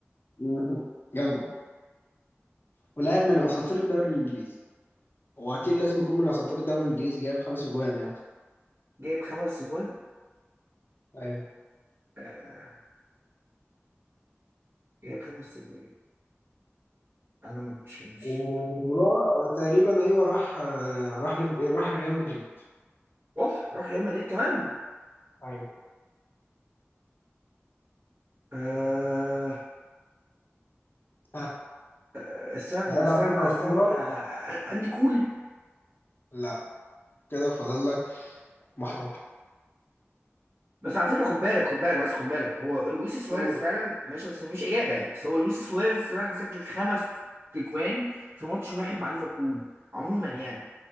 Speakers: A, on the left; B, on the right.
A: مهم. يلا ولاعب من اساطير الدوري الانجليزي هو اكيد لازم يكون من اساطير الدوري الانجليزي جايب خمس اجوان يعني
B: جايب خمس اجوان
A: ايوه
B: آه... جايب خمس اجوان انا مش مش
A: وراح تقريبا ايوه راح آه، راح لف- راح ريال مدريد
B: اوه راح ريال مدريد كمان
A: ايوه
B: أه
A: ها
B: استنى
A: لعيب
B: استنى
A: على فكره
B: استنى
A: اسطوره
B: آه، اندي كول
A: لا كده فاضل لك محاوله
B: بس على فكره خد بالك خد بالك بس خد بالك هو لويس سواريز
A: أوه.
B: فعلا ماشي بس مش اجابه يعني بس هو لويس سواريز فعلا سجل خمس تجوان في ماتش واحد مع ليفربول عموما يعني